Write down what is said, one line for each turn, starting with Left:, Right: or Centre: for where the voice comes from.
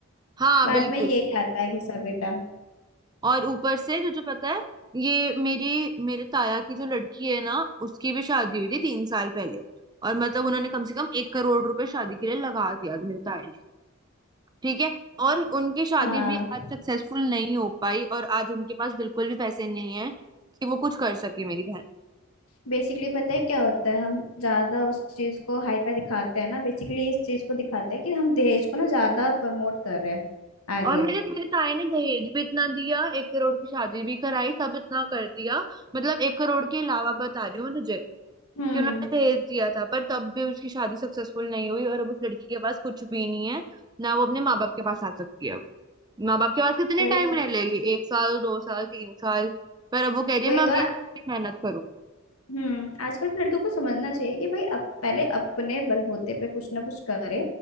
Right: हाँ
Left: बाद
Right: बिल्कुल
Left: में यही आता है घिसा बेटा
Right: और ऊपर से तुझे पता है ये मेरी मेरे ताया की जो लड़की है ना उसकी भी शादी हुई थी तीन साल पहले और मतलब उन्होंने कम से कम एक करोड़ रुपए शादी के लिए लगा दिया मेरे ताया ने ठीक है और उनकी शादी
Left: हाँ
Right: भी आज सक्सेसफुल नहीं हो पाई और आज उनके पास बिल्कुल भी पैसे नहीं है कि वो कुछ कर सके मेरी बहन
Left: बेसिकली पता है क्या होता है हम ज्यादा उस चीज को हाईफाई दिखाते हैं ना बेसिकली इस चीज को दिखाते हैं कि हम दहेज को ना ज्यादा प्रमोट कर रहे हैं आगे
Right: और मेरे मेरे ताए ने दहेज भी इतना दिया एक करोड़ की शादी भी कराई सब इतना कर दिया मतलब एक करोड़ के अलावा बता रही हूँ मैं तुझे
Left: हम्म
Right: कि उन्होंने दहेज दिया था पर तब भी उसकी शादी सक्सेसफुल नहीं हुई और अब उस लड़की के पास कुछ भी नहीं है ना वो अपने माँ बाप के पास आ सकती है अब माँ बाप के पास कितने
Left: वही
Right: टाइम रह लेगी एक साल दो साल तीन साल पर अब वो कह रही
Left: वही
Right: है मैं
Left: तो
Right: अकेले
Left: है
Right: मेहनत करूँ
Left: हम्म आजकल के लड़कियों को समझना चाहिए कि भाई अब पहले अपने बलबूते पे कुछ ना कुछ करे